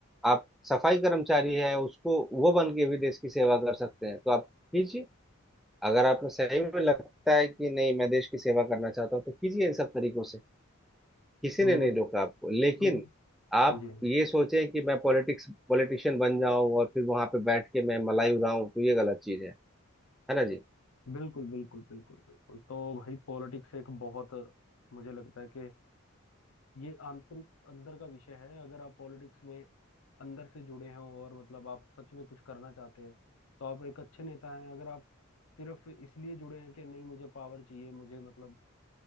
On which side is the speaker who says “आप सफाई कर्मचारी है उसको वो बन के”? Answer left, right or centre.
Centre